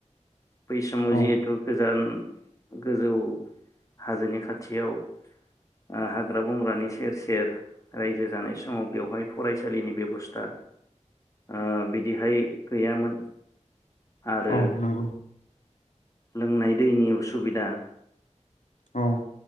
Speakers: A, on the left; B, on the left.
A: बै समाव
B: औ
A: जिहेथु गोजान गोजौ हाजोनि खाथियाव ओ हाग्रा बंग्रानि सेर सेर रायजो जानाय समाव बेवहाय फरायसालिनि बेबस्था ओ बिदिहाय गैयामोन। आरो
B: औ नंगौ
A: लोंनाय दैनि उसुबिदा
B: औ